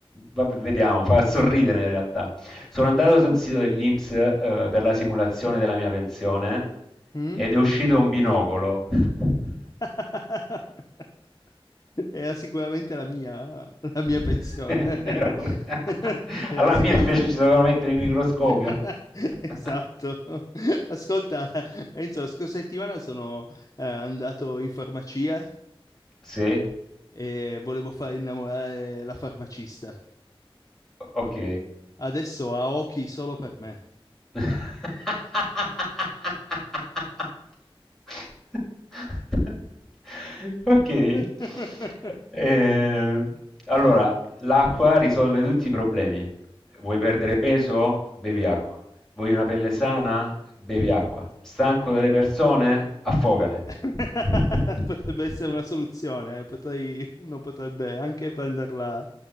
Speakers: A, in the centre; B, on the left.
A: vabbè, vediamo, fa sorridere in realtà. Sono andato sul sito dell'INPS, eh, per la simulazione della mia pensione
B: Mm?
A: ed è uscito un binocolo. <laughs>
B: <laughs> Era sicuramente la mia, <laughs> la mia
A: <laughs>
B: pensione.
A: Era
B: <laughs>
A: pure... <laughs>
B: Era
A: Alla
B: sicuramente...
A: mia invece ci dovevano mettere il microscopio.
B: <laughs>
A: <laughs>
B: Esatto. Ascolta, Enzo, la scorsa settimana sono eh, andato in farmacia
A: Sì,
B: e volevo far innamorare la farmacista.
A: ok.
B: Adesso ha occhi solo per me.
A: <laughs> Ok.
B: <laughs>
A: Ehm, allora, l'acqua risolve tutti i problemi. Vuoi perdere peso? Bevi acqua. Vuoi una pelle sana? Bevi acqua. Stanco delle persone? Affogale.
B: <laughs>
A: <laughs>
B: Potrebbe essere una soluzione, eh. potrei- uno potrebbe anche prenderla,